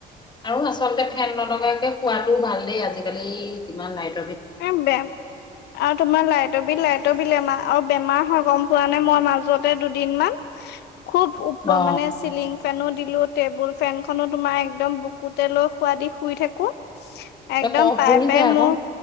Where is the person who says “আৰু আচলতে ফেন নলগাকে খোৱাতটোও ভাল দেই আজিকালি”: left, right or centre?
Left